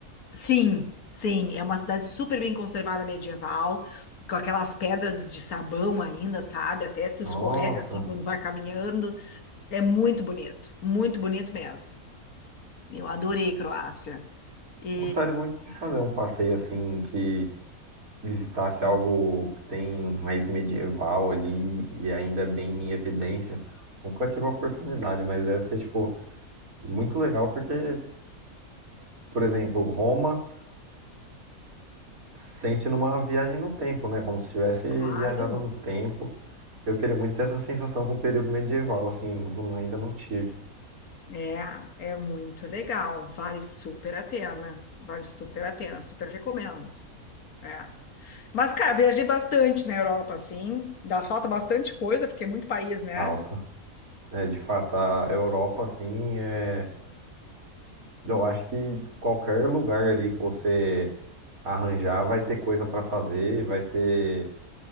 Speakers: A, on the left; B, on the right.
A: Sim, sim, é uma cidade super bem conservada medieval, com aquelas pedras de sabão ainda, sabe? Até tu
B: Nossa.
A: escorrega assim quando vai caminhando. É muito bonito, muito bonito mesmo. Eu adorei Croácia. E,
B: Gostaria muito de fazer um passeio assim que visitasse
A: Hum.
B: algo que tem raiz medieval ali e ainda é bem em evidência. Nunca tive a oportunidade, mas deve ser, tipo, muito legal porque, por exemplo, Roma sente numa viagem no tempo, né? Como se tivesse
A: claro,
B: viajado no tempo. Eu queria muito ter essa sensação com o período medieval, assim, não- ainda não tive
A: é, é muito legal. Vale super a pena. Vale super a pena. Super recomendo. É. Mas, cara, viajei bastante na Europa, assim. Dá falta bastante coisa, porque é muito país, né?
B: falta. É, de fato, a Europa, assim, é, eu acho que qualquer lugar ali que você arranjar vai ter coisa para fazer, vai ter